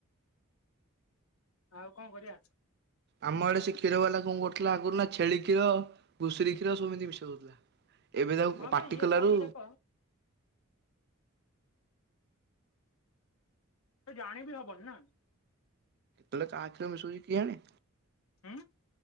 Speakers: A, on the left; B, on the right.
A: ଆଉ କଁ କରିଆ?
B: ଆମ ଆଡ଼େ ସେ କ୍ଷୀର ବାଲା କଁ କରୁଥୁଲା ଆଗରୁ ନାଁ ଛେଳି କ୍ଷୀର, ଘୁଷୁରୀ କ୍ଷୀର ସବୁ ଏମିତି ମିଶୋଉ ଦୋଉଥୁଲା। ଏବେ ତାକୁ
A: ହଁ
B: ପାଟି
A: ବା ଇଏ
B: କଲାରୁ
A: ସବୁ ଯାକ ସେ ଜାଣିବିି ହବନି ନାଁ?
B: ତଲେ କାହା କ୍ଷୀର ମିଶଉଚି କିଆଣେ?
A: ଉଁ?